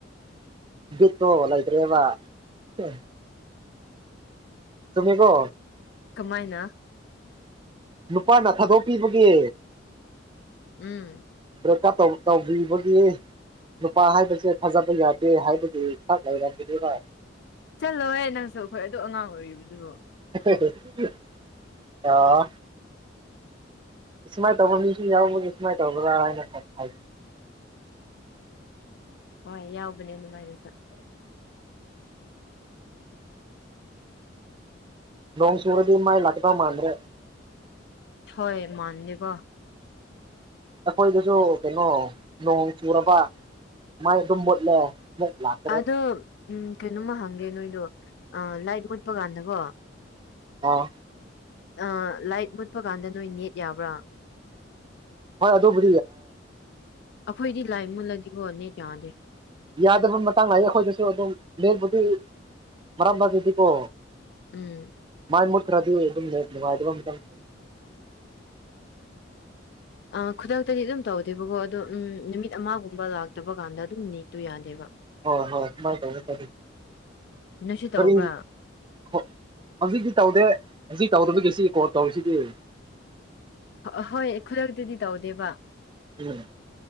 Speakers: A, on the right; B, on the left.
A: ꯕꯤꯠꯇꯣ ꯂꯩꯇ꯭ꯔꯦꯕ ꯍꯨꯝ ꯆꯨꯃꯦꯀꯣ꯫
B: ꯀꯃꯥꯏꯅ
A: ꯅꯨꯄꯥꯅ ꯊꯥꯗꯣꯛꯄꯤꯕꯒꯤ
B: ꯎꯝ꯫
A: ꯕ꯭ꯔꯦꯛꯀꯞ ꯇꯧꯕꯤ ꯇꯧꯕꯤꯕꯒꯤ ꯅꯨꯄꯥ ꯍꯥꯏꯕꯁꯦ ꯊꯥꯖꯕ ꯌꯥꯗꯦ ꯍꯥꯏꯕꯗꯨ ꯈꯛ ꯂꯩꯔꯝꯃꯤꯅꯦꯕ
B: ꯆꯠꯂꯣꯍꯦ ꯅꯪꯁꯨ ꯑꯩꯈꯣꯏ ꯑꯗꯨꯛ ꯑꯉꯥꯡ ꯑꯣꯏꯔꯤꯕꯗꯨꯕꯨ꯫
A: <unintelligible> ꯑꯥ꯫ ꯁꯨꯃꯥꯏ ꯇꯧꯕ ꯃꯤꯁꯨ ꯌꯥꯎꯕꯒꯤ ꯁꯨꯃꯥꯏ ꯇꯧꯕ꯭ꯔꯥ ꯍꯥꯏꯅ <unintelligible>
B: ꯍꯣꯏ ꯌꯥꯎꯕꯅꯦ ꯑꯗꯨꯃꯥꯏꯅ <unintelligible>
A: ꯅꯣꯡ ꯁꯆꯨꯔꯗꯤ ꯃꯥꯏ ꯂꯛꯀꯗꯧ ꯃꯥꯥꯟꯗ꯭ꯔꯦ
B: ꯍꯣꯏ ꯃꯥꯟꯗꯦ ꯀꯣ
A: ꯑꯩꯈꯣꯏꯗꯁꯨ ꯀꯩꯅꯣ ꯅꯣꯡ ꯆꯨꯔꯕ ꯃꯩ ꯑꯗꯨꯝ ꯃꯨꯠꯂꯦ ꯑꯃꯨꯛ ꯂꯥꯛ꯫
B: ꯑꯗꯣ ꯎꯝ ꯀꯩꯅꯣꯝꯃ ꯍꯪꯒꯦ ꯅꯣꯏꯗꯣ ꯑ ꯂꯥꯏꯠ ꯃꯨꯠꯄ ꯀꯥꯟꯗꯀꯣ
A: ꯑꯥ꯫
B: ꯑ ꯂꯥꯏꯠ ꯃꯨꯠꯄ ꯀꯥꯟꯗ ꯅꯣꯏ ꯅꯦꯠ ꯌꯥꯕ꯭ꯔꯥ
A: ꯍꯣꯏ ꯑꯗꯨꯕꯨ
B: ꯑꯩꯈꯣꯏꯗꯤ ꯂꯥꯏ ꯃꯨꯜꯂꯗꯤ ꯍꯣꯠꯅꯦ ꯌꯥꯗꯗꯤ
A: ꯌꯥꯗꯕ ꯃꯇꯥꯡ ꯂꯥꯛꯑꯦ ꯑꯩꯈꯣꯏꯗꯁꯨ ꯑꯗꯨꯝ ꯂꯦꯡꯕꯨꯗꯤ ꯃꯔꯥꯡ ꯃꯔꯥꯏꯒꯤꯗꯤꯀꯣ
B: ꯎꯝ
A: ꯃꯥꯏ ꯃꯨꯠꯈ꯭ꯔꯗꯤ ꯑꯗꯨꯝ ꯅꯦꯠ ꯅꯨꯅꯥꯏꯇꯕ <unintelligible>
B: ꯑ ꯈꯨꯗꯛꯇꯗꯤ ꯑꯗꯨꯝ ꯇꯧꯗꯦꯕꯀꯣ ꯑꯗꯣ ꯎꯝ ꯅꯨꯃꯤꯠ ꯑꯃꯒꯨꯝꯕ ꯂꯥꯛꯇꯕ ꯀꯥꯟꯗ ꯑꯗꯨꯝ ꯃꯤꯅꯤꯠꯇꯨ ꯌꯥꯗꯦꯕ
A: ꯍ ꯍꯣꯏ ꯁꯃꯥꯏ ꯇꯧ ꯐꯔꯤ
B: ꯅꯣꯏꯁꯨ
A: ꯀꯔꯤ
B: ꯇꯧꯕ꯭ꯔꯥ
A: ꯍꯣ ꯍꯧꯖꯤꯛꯇꯤ ꯇꯧꯗꯦ ꯍꯧꯖꯤꯛ ꯇꯧꯔꯤꯕꯒꯤꯁꯤ ꯀꯣꯜ ꯇꯧꯔꯤꯁꯤꯗꯤ
B: ꯑꯍꯣꯏ ꯈꯨꯗꯛꯇꯗꯤ ꯇꯧꯗꯦꯕ
A: ꯎꯝ